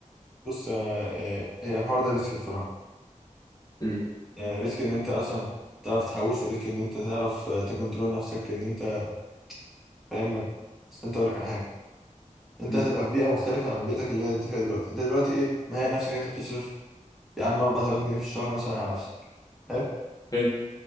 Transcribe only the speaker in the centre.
بص آه، آه، هي الحوار ده ريسك بصراحة
يعني ريسك إن أنت أصلا تعرف تحوش وريسك إن أنت تعرف آه، تكنترول نفسك إن أنت فاهم ما- بس أنت أقول لك على حاجة أنت
هتبقى في بيئة مختلفة عن بيئتك اللي أنت فيها دلوقتي أنت دلوقتي إيه مهيئ نفسك إن أنت بتصرف يا عم 4000 جنيه في الشهر مثلا على نفسك حلو